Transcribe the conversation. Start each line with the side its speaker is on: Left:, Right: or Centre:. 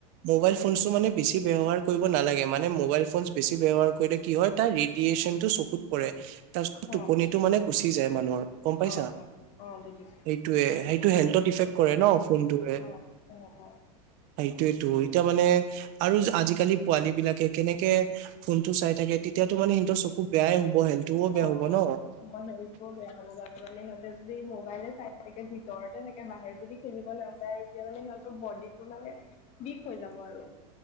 Right: মোবাইল ফো ফোনটো মানে, বেছি ব্যৱহাৰ কৰিব নালাগে, মানে, মোবাইল ফোন বেছি ব্যৱহাৰ কৰিলে, কি হয়, তাৰ ৰেডিয়েচনটো চ কুত পৰে। তাৰপিছত, টোপনিটো
Left: অ
Right: মানে, গুচি যায় মানুহৰ। গম পাইছা?
Left: অ অ অ বুজিছো
Right: সেইটোৱে, সেইটোৱে হেল্থত ইফেক্ট কৰে ন'। ফোনটোৱে।
Left: অ' হ হ
Right: সেইটোৱেতো, এতিয়া মানে, আৰু আজিকালি পোৱালী বিলাকে, কেনেকে ফোন টো চাই থাকে, তেতিয়াতো মানে, সিহঁতৰ চকু বেয়াই হ'ব। <unintelligible>
Left: অ'! সেই
Right: হ'ব ন
Left: কৰোঁ, বেয়া হ'ব কাৰণে মানে, সিহঁতে যদি মোবাইলে চাই থাকে, ভিতৰতে থাকে, বাহিৰত যদি, খেলিব নাযায়। এতিয়া মানে, সিহঁতৰ ব টো মানে বিষ হৈ যাব আৰু।